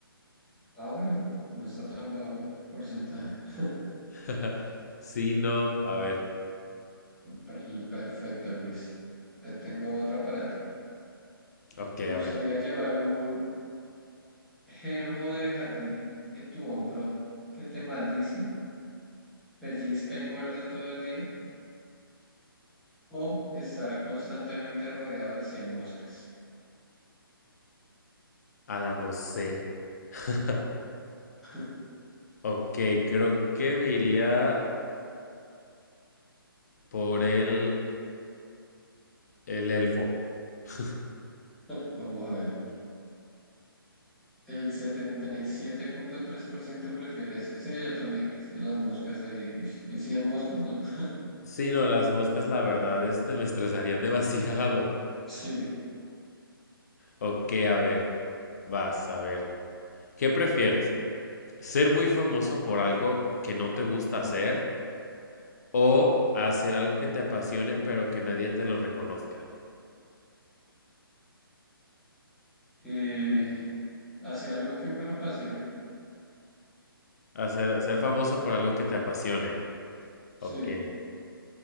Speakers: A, in the centre; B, on the left.
A: Ah, bueno, no está tan bajo el porcentaje. <laughs>
B: <laughs> Sí, no, a ver,
A: Per- Perfecto, Luis. Te tengo otra para ti.
B: ok,
A: ¿Te gustaría
B: a ver,
A: llevar un Génomo de jardín en tu hombro que te maldice, pellizca y muerde todo el día, o estar constantemente rodeado de 100 moscas.
B: a la no sé. <laughs>
A: <laughs>
B: Ok, creo que me iría por el, el elfo. <laughs>
A: Vamos a ver. El setenta y siete punto tres por ciento prefiere eso. Sí, yo también. Es que las moscas ahí. uy, ¿Y 100 moscas? No. <laughs>
B: Sí, no, las moscas, la verdad, este me estresarían demasiado.
A: Sí.
B: Ok, a ver, vas, a ver. ¿Qué prefieres? ¿Ser muy famoso por algo que no te gusta hacer? O hacer algo que te apasione, pero que nadie te lo reconozca.
A: Y hacer algo que me apasione.
B: Hacer, ser famoso por algo que te apasione.
A: Sí.
B: Ok.